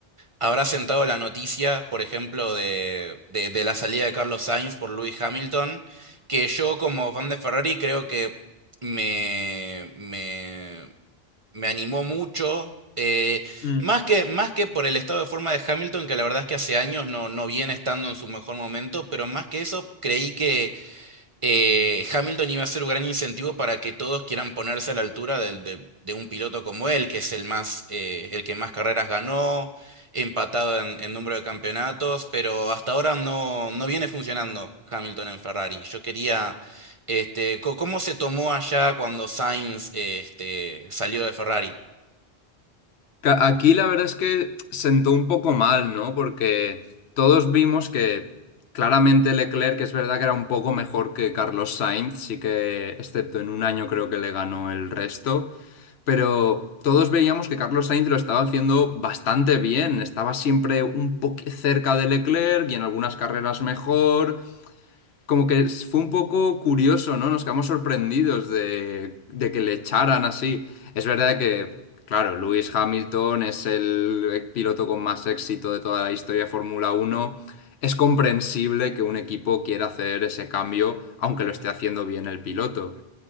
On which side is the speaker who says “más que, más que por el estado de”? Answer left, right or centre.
Right